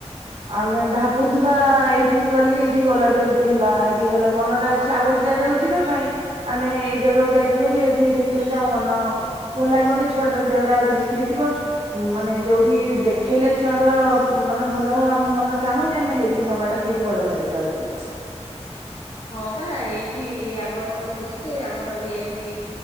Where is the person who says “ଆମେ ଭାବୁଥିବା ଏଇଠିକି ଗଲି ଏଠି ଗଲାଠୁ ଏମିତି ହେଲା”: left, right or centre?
Right